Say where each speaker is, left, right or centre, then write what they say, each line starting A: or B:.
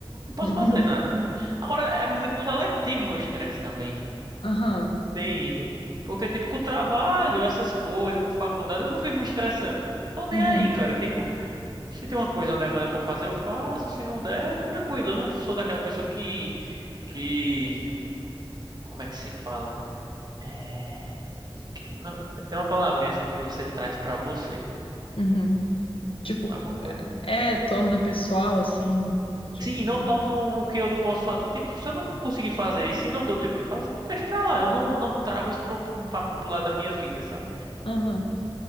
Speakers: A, on the right (about 45°); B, on the left (about 70°).
A: Não posso
B: Uhum.
A: fazer nada, né? Agora, é muito seletivo meu estresse também.
B: Aham.
A: Tem isso. Porque, tipo, com o trabalho, essas coisas, com faculdade, eu não vivo me estressando. Tô nem
B: Uhum.
A: aí, cara. Tipo, se tem uma coisa, uma demanda pra eu fazer, eu faço. Se não der, tranquilo. Eu não sou daquela pessoa que... Que... Como é que se fala? É... que- não, tem uma palavrinha assim que você traz pra você.
B: Uhum. Tipo,
A: Alguma coisa...
B: é, torna pessoal, assim, tipo,
A: Sim, não
B: né?
A: tornam o que eu não posso fazer. Tipo, se eu não conseguir fazer e se não deu tempo de fazer, deixa pra lá. Eu não, não trago isso pro, pra, pro lado da minha vida, sabe?
B: Aham.